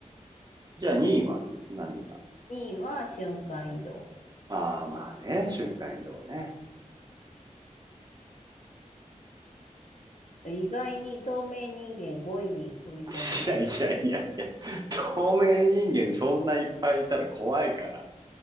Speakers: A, on the right; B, on the left.
A: じゃあ2位は何になる
B: 2位は瞬間移動。
A: ああ、
B: 瞬
A: まあね。瞬間移動ね。
B: 間移動意外に透明人間5位に組み込んでます。
A: <laughs> いやいやいやいや。透明人間そんないっぱいいたら怖いから。